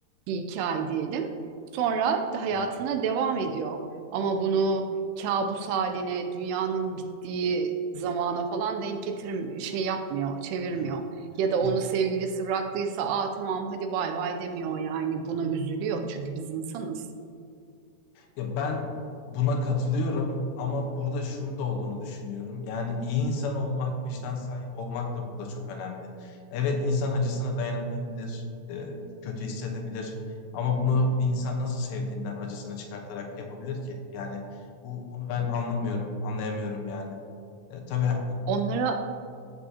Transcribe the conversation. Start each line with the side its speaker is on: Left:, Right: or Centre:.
Right: bir iki ay diyelim. Sonra hayatına
Left: Evet,
Right: devam ediyor. Ama bunu kabus haline, dünyanın bittiği zamana falan denk getir şey yapmıyor, çevirmiyor.
Left: evet.
Right: Ya da onu
Left: Ya
Right: sevgilisi bıraktıysa, aa tamam hadi bay bay demiyor yani. Buna üzülüyor çünkü biz insanız.
Left: Ya ben buna katılıyorum ama burada şunun da olduğunu düşünüyorum. Yani iyi insan olmak, vicdan sahibi olmak da burada çok önemli. Evet insan acısına dayanamayabilir, e, kötü hissedebilir. Ama bunu bir insan nasıl sevdiğinden acısını çıkartarak yapabilir ki? Yani bu bunu ben anlamıyorum, anlayamıyorum yani. E, tabii he-
Right: Onlara